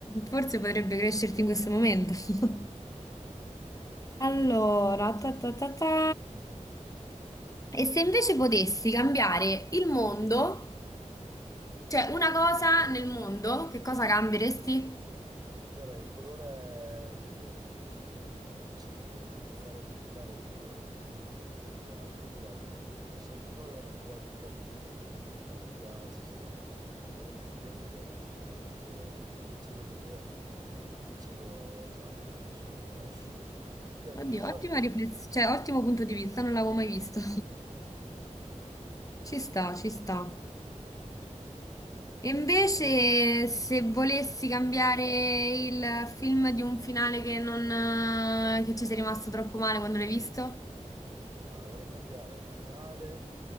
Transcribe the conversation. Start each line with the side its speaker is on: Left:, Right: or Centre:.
Left: Forse potrebbe crescerti in questo momento. <laughs> Allora, ta ta ta ta. E se invece potessi cambiare il mondo, cioè una cosa nel mondo, che cosa cambieresti?
Right: Ah, cambierei il colore del, de- del- del cielo, no? Lo farei diventare di un colore un po' più diverso. Non mi piace l'azzurro. Mi sembra che vado fuori, vedo l'azzurro. Non mi piace sinceramente, voglio un colore diverso, vorrei tipo anche lì il cielo verde, il cielo giallo, non so, rosso. Perché azzurro,
Left: Oddio,
Right: sai?
Left: ottima riflessione, cioè ottimo punto di vista, non l'avevo mai visto. <laughs> Ci sta, ci sta. E invece se volessi cambiare il film di un finale che non, che ci sei rimasto troppo male quando l'hai visto?
Right: Ah, vorrei cambiare il finale